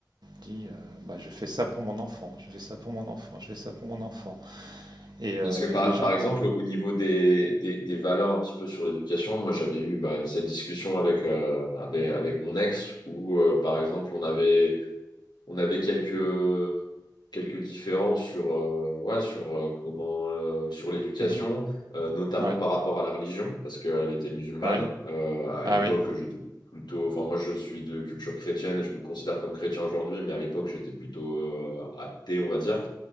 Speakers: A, on the right (about 75°); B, on the left (about 80°).
A: Dit, euh, bah, je fais ça pour mon enfant, je fais ça pour mon enfant, je fais ça pour mon enfant. Et, euh,
B: Parce que par,
A: des gens.
B: par exemple, au niveau des, des, des valeurs un petit peu sur l'éducation, moi j'avais eu bah, cette discussion avec, euh, avec, avec mon ex où euh, par exemple on avait, on avait quelques, quelques différences sur, euh, ouais, sur, euh, comment, euh, sur l'éducation,
A: Mhm.
B: euh, notamment
A: Ouais,
B: par rapport à la religion, parce qu'elle était musulmane.
A: ouais,
B: Euh, à
A: ah
B: l'époque,
A: oui.
B: j'étais plutôt, enfin moi je suis de culture chrétienne et je me considère comme chrétien aujourd'hui, mais à l'époque j'étais plutôt euh, athée, on va dire.